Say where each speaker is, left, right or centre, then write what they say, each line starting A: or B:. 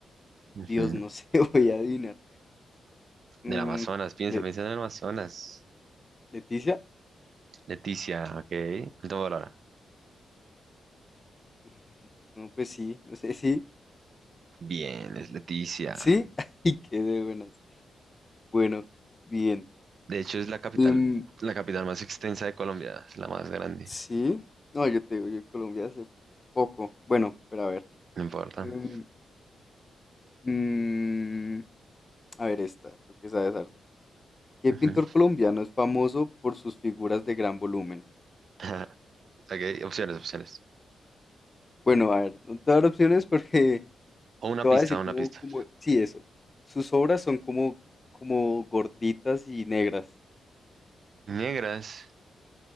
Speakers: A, on the right (about 60°); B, on the left (about 30°).
A: Ujú.
B: Dios, no sé, <laughs> voy a adivinar.
A: Del
B: Mm,
A: Amazonas, piensa,
B: Le-
A: piensa en el Amazonas.
B: ¿Leticia?
A: Leticia, ok. Último dólar.
B: <laughs> No, pues sí, no sé, sí,
A: Bien, es Leticia.
B: sí. <laughs> Ay, qué de buenas. Bueno, bien.
A: De hecho, es la capital,
B: Em,
A: la capital más extensa de Colombia, es la más grande.
B: sí. No, yo te digo, yo en Colombia hace poco. Bueno, pero a ver.
A: No importa.
B: Em, mm, A ver esta, tú que sabes arte. ¿Qué
A: Ujú.
B: pintor colombiano es famoso por sus figuras de gran volumen?
A: <laughs> Ok, opciones, opciones.
B: Bueno, a ver, no te voy a dar opciones porque
A: O una
B: te
A: pista,
B: voy a decir
A: una
B: como,
A: pista.
B: como, sí, eso. Sus obras son como, como gorditas y negras.
A: Negras.